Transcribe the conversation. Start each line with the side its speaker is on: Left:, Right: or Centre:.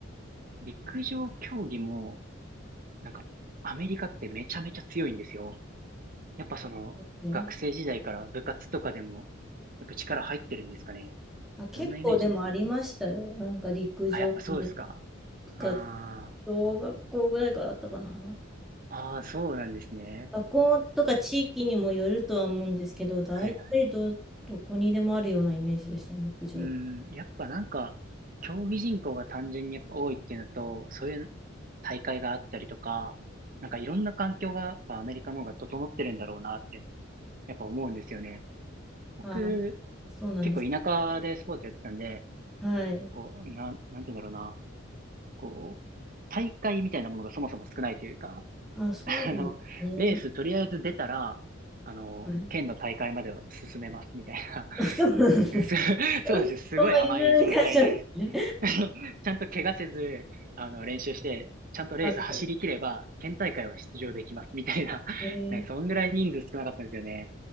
Right: 陸上競技も、なんか、アメリカってめちゃめちゃ強いんですよ。やっぱその、
Centre: ですよね。
Right: 学生時代から部活とかでも、やっぱ力入ってるんですかね。
Centre: あ、結構でもありましたよ。
Right: どんなイメージです
Centre: なんか陸上の
Right: あ、やっぱそうですか。
Centre: 部活、
Right: あ
Centre: 小学校ぐらいからあったかな。
Right: あ、ああ、そうなんですね。
Centre: 学校とか地域にもよるとは思うんですけど、
Right: はいはい。
Centre: 大体ど、どこにでもあるようなイメージでしたね、陸上。
Right: うん、やっぱなんか、競技人口が単純にやっぱ多いっていうのと、そういう大会があったりとか、なんかいろんな環境がやっぱアメリカの方が整ってるんだろうなっていうのをやっぱ思うんですよね。僕、
Centre: ああ、そうなんです。
Right: 結構田舎でスポーツやってたんで、
Centre: はい。
Right: こう、なん、なんて言うんだろうな、こう、大会みたいなものがそもそも少ないというか、
Centre: あ、そうなんですね。
Right: <laughs> あの、レースとりあえず出たら、あの、
Centre: はい。
Right: 県の大会までは進めますみたいな。
Centre: <laughs> あそうなんです。
Right: <laughs> そう
Centre: <laughs>
Right: そうなんですよ。すごい甘い状態で
Centre: そのいずれに関してはですね。
Right: <laughs> ちゃんと怪我せず、あの、練習して、ちゃんとレース走り切れば、
Centre: まず、
Right: 県大会は出場できます、みたいな。
Centre: えー
Right: <laughs> ね、そんぐらい人数少なかったんですよね。